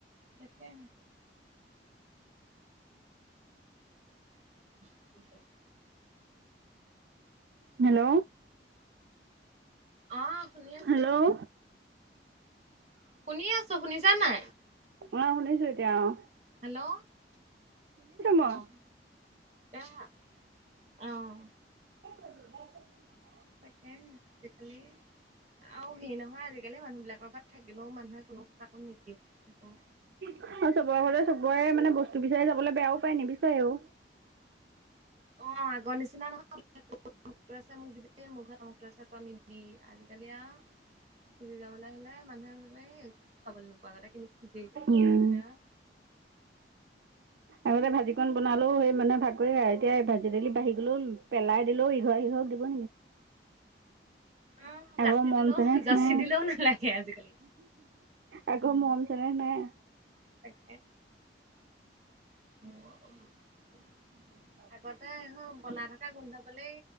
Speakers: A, on the right; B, on the right.
A: তাকে। <inaudible>
B: হেল্ল'।
A: অ শুনি আছো
B: হেল্ল'!
A: শুনি আছো শুনিছা নাই?
B: অঁ শুনিছো এতিয়া অঁ।
A: হেল্ল'!
B: মই
A: অহ এহা অঁহ।
B: <inaudible>
A: তাকে আজিকালি আৰু হেৰি নহয় আজিকালি কেলে মানুহ বিলাকৰ গাত থাকিলেও মানুহে কোনো কাকো নিদিয়েও
B: আৰু চবৰে ঘতে চবৰে মানে বস্তু বিচাৰি যাবলৈ বেয়াও পায় নিবিচাৰেও।
A: অ আগৰ নিচিনা নহয় <unintelligible> মোক দিবি মোৰ ঘৰত <unintelligible> আছে তই নিবি বি আজিকালি আও খুলি যাবলৈ হ'লে মানুহে গ'লে একো খবলে নোপোৱা গতে কিনো খুজিবি সেয়া
B: উম।
A: হে ভাবে আও
B: আগতে ভাজি কন বনালেও সেই মানে ভাগ কৰি এতিয়া এই ভাজি দেলি বাঢ়ি গলও পেলাই দিলেও ইঘৰ সিঘক দিব <inaudible>
A: উম
B: আগৰ
A: যাচি
B: মৰম
A: দিলেও
B: চেনেহ
A: যাচি
B: নাই
A: দিলেও নালাগে আজিকালি।
B: আগৰ
A: উম
B: মৰম চেনেহ নাই।
A: তাকে। <unintelligible>
B: <inaudible>
A: আগতে বনাই থকা গোন্ধ পালেই